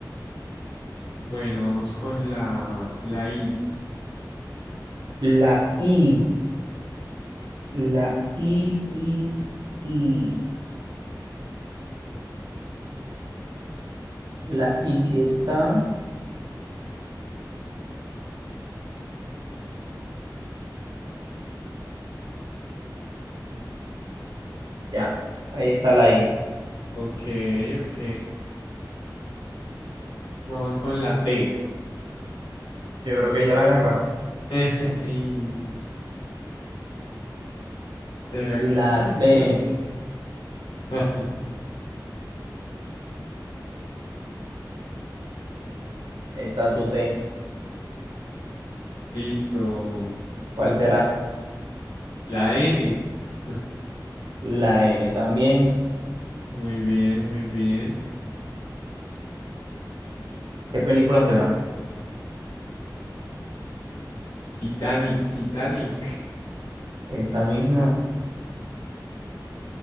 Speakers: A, on the left; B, on the right.
A: Bueno, vamos con la, la I.
B: La I, la I, I, I. La I sí está. Ya, ahí está la I.
A: Ok, ok. Vamos con la T.
B: Yo creo que ya la agarraste.
A: <laughs> Y, ¿Será que
B: La
A: sí? No
B: T,
A: lo sé.
B: ahí
A: <laughs>
B: está tu T.
A: Listo.
B: ¿Cuál será?
A: La N. <laughs>
B: La N también.
A: Muy bien, muy bien.
B: ¿Qué película será?
A: Titanic, Titanic.
B: Esa misma,